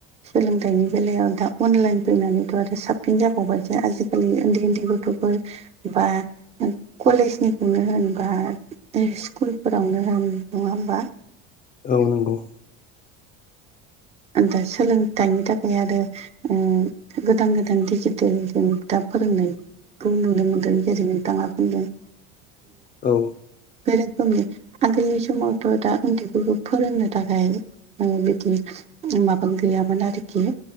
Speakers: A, on the right; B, on the left.
A: सोलों थाइनि बेलायाव दा अनलाइन फैनानैथ' आरो साबसिन जाबावबाय जे आजिखालि उन्दै उन्दै गथ'फोर बा कलेजनिखौनो होनबा स्कुलफोरावनो होन नङा होमबा
B: औ नंगौ
A: आं दा सोलोंथाइनि थाखाय आरो ओ गोदान गोदान दिडिजिटेल जों दा फोरोंनाय नुनो मोन्दों गेरै नोंथाङा बुंदों
B: औ
A: बे रोखोमनि आगोलनि समावथ' दा उन्दैफोरखौ फोरोंनो थाखाय ओ बिदि माबा गैयामोन आरोखि